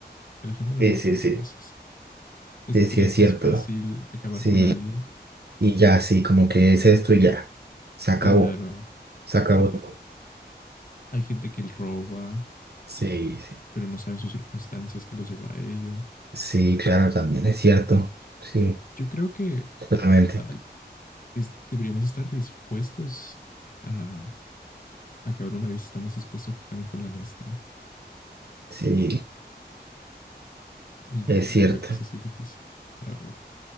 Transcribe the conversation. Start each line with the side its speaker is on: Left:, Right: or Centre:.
Left: que la gente no
Right: sí,
Left: lo hace
Right: sí, sí,
Left: a veces. Es,
Right: sí,
Left: cree
Right: sí, es
Left: que
Right: cierto.
Left: es fácil acabar
Right: Sí.
Left: con alguien.
Right: Y ya, sí, como que es esto y ya. Se acabó,
Left: Claro,
Right: se acabó
Left: al-
Right: todo.
Left: hay gente que roba,
Right: Sí, sí.
Left: pero no saben sus circunstancias que los llevó a ello.
Right: Sí, claro, también es cierto. Sí,
Left: Yo creo que
Right: totalmente.
Left: al- es- deberíamos estar dispuestos a acabar una vez estamos dispuestos a que acaben con la nuestra.
Right: Sí,
Left: Y
Right: es cierto.
Left: creo que eso sí es difícil, la verdad.